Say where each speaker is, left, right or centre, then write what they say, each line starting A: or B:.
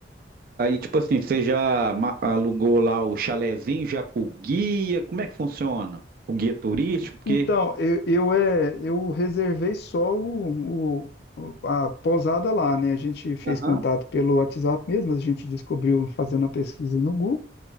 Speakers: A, on the right; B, on the left.
A: aí tipo assim, você já ma- alugou lá o chalezinho, já com o guia, como é que funciona? O guia turístico, porque...
B: Então, eu, eu, é, eu reservei só o, o- a pousada lá, né? A gente fez
A: Aham,
B: contato pelo WhatsApp mesmo, a gente descobriu fazendo a pesquisa no Google.